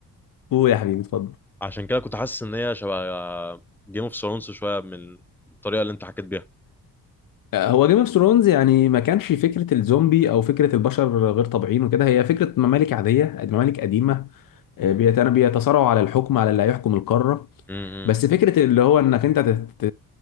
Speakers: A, on the left; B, in the centre.
A: قول يا حبيبي اتفضل
B: عشان كده كنت حاسس ان هي شبه جيم اوف ثرونز شويه من الطريقه اللي انت حكيت بيها
A: آه، هو جيم اوف ثرونز يعني ما كانش فكره الزومبي او فكره البشر غير طبيعيين وكده هي فكره ممالك عاديه ممالك قديمه آه، بيت- يعني بيتصارعوا على الحكم على اللي هيحكم القاره
B: امم
A: بس فكرة اللي هو انك انت تت...